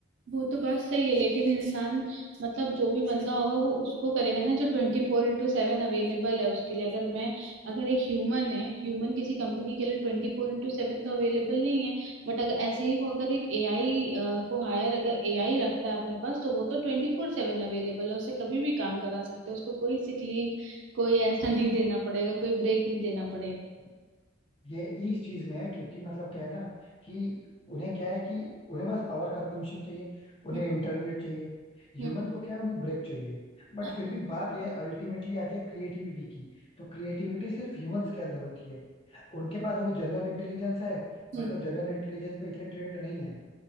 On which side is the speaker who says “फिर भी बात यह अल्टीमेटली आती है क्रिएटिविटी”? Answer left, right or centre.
Left